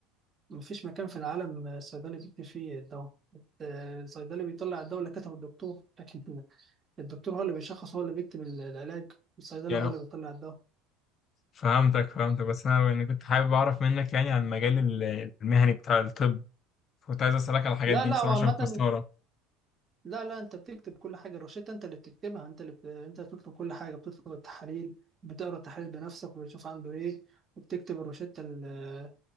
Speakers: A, on the right (about 30°); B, on the left (about 40°).
A: مفيش مكان في العالم الصيدلي بيكتب فيه الدواء آه، الصيدلي بيطلع الدواء اللي كتبه الدكتور لكن <laughs> الدكتور هو اللي بيشخص هو اللي بيكتب العلاج الصيدلي
B: يعني
A: هو اللي بيطلع الدواء
B: فهمتك فهمتك بس انا يعني كنت حابب اعرف منك يعني عن المجال ال- المهني بتاع الطب كنت عايز اسالك على الحاجات
A: لا
B: دي
A: لا
B: بصراحة
A: وعامة
B: عشان كنت مستغرب
A: لا لا انت بتكتب كل حاجه الروشته انت اللي بتكتبها انت اللي بت... انت بتطلب كل حاجه بتطلب التحاليل بتقرا التحاليل بنفسك وبتشوف عنده ايه وبتكتب الروشته لل-